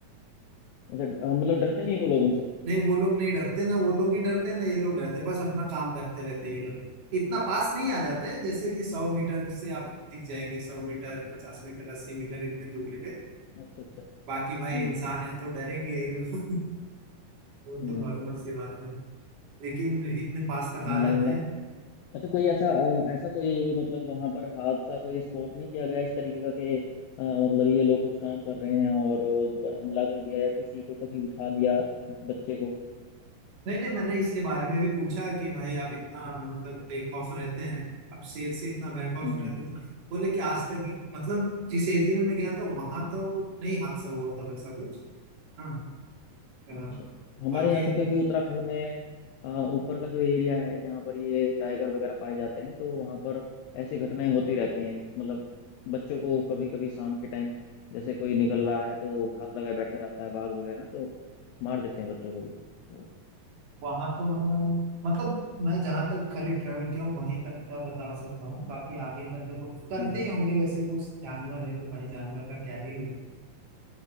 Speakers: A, on the left; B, on the right.
A: अच्छा अ, मतलब डरते नहीं वो लोग उनसे
B: नहीं वो लोग नहीं डरते ना वो लोग ही डरते हैं ना ये लोग डरते हैं, बस अपना काम करते रहते हैं ये लोग इतना पास नहीं आ जाते जैसे कि सौ मीटर से आप दिख जाएंगे सौ मीटर पचास मीटर अस्सी मीटर इतने दूरी पे
A: अच्छा अच्छा
B: बाकी भाई
A: हम्म
B: इंसान है तो डरेंगे ही <laughs> वो
A: हम्म
B: तो नॉर्मल सी बात है लेकिन इतने पास तक
A: मतलब
B: आ जाते
A: मतलब
B: हैं
A: अच्छा कोई ऐसा अ, ऐसा कोई मतलब वहां पर हादसा कोई स्पॉट नहीं किया गया इस तरीके का कि अ, मतलब ये लोग कुछ काम कर रहे हैं और उन पर हमला कर दिया या किसी को कभी उठा लिया बच्चे को
B: नहीं नहीं मैंने इसके बारे में भी पूछा कि भाई आप इतना मतलब बेखौफ ऑफ रहते हैं आप शेर से इतना बैक ऑफ
A: हम्म
B: रहते
A: हम्म,
B: थे बोले कि आज तक मतलब जिस एरिया में मैं गया था वहां तो नहीं हादसा हुआ था वैसा कुछ हाँ अ,
A: अच्छा हमारे
B: बाकी
A: यहाँ तो क्योंकि उत्तराखंड में अ, ऊपर का जो एरिया है जहाँ पर ये टाइगर वगैरह पाए जाते हैं तो वहाँ पर ऐसी घटनाएं होती रहती हैं मतलब बच्चों को कभी कभी शाम के टाइम जैसे कोई निकल रहा है तो घात लगाए बैठे रहता है बाघ वगैरह तो मार देते हैं बच्चों को भी तो,
B: वहां तो मैंने मतलब मैं जहाँ तक खाली ट्रेवल किया हूँ वहीं तक का बता सकता हूँ बाकी आगे का तो लोग करते
A: हम्म
B: ही होंगे वैसे वो जानवर है तो भाई जानवर का क्या ही होगा